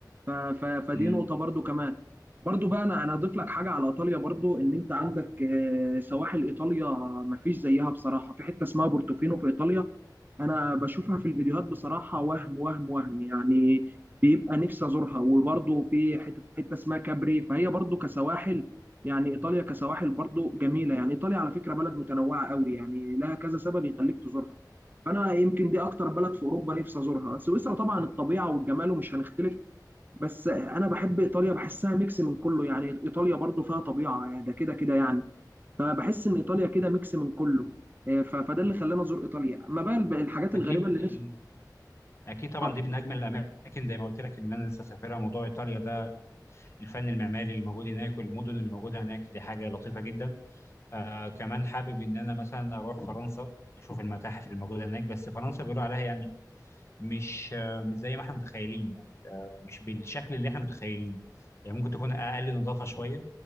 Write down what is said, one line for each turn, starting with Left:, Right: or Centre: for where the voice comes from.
Right: ف... ف... فدي
Left: مم.
Right: نقطة برضو كمان برضو بقى انا انا اضيف لك حاجة على ايطاليا برضو ان انت عندك آه، سواحل ايطاليا مفيش زيها بصراحة في حتة اسمها بورتوفينو في ايطاليا انا بشوفها في الفيديوهات بصراحه وهم وهم وهم يعني بيبقى نفسي ازورها وبرضه في حته حته اسمها كابري فهي برضه كسواحل يعني ايطاليا كسواحل برضه جميله يعني ايطاليا على فكره بلد متنوعه قوي يعني لها كذا سبب يخليك تزورها فانا يمكن دي اكتر بلد في اوروبا نفسي ازورها سويسرا طبعا الطبيعه والجمال ومش هنختلف بس انا بحب ايطاليا بحسها ميكس من كله يعني ايطاليا برضه فيها طبيعه يعني ده كده كده يعني فبحس ان ايطاليا كده ميكس من كله آه، ف- فده اللي خلاني ازور ايطاليا ما بقى الب- الحاجات
Left: اكيد
Right: الغريبه اللي
Left: مم.
Right: نفسي
Left: اكيد طبعا
Right: اه
Left: دي من اجمل الاماكن زي ما قلت لك اللي انا لسه سافرها موضوع ايطاليا ده الفن المعماري اللي موجود هناك والمدن اللي موجوده هناك دي حاجه لطيفه جدا آه كمان حابب ان انا مثلا اروح فرنسا اشوف المتاحف الموجوده هناك بس فرنسا بيقولوا عليها يعني مش آه مش زي ما احنا متخيلين يعني آه مش بالشكل اللي احنا متخيلينه يعني ممكن تكون اقل نظافه شويه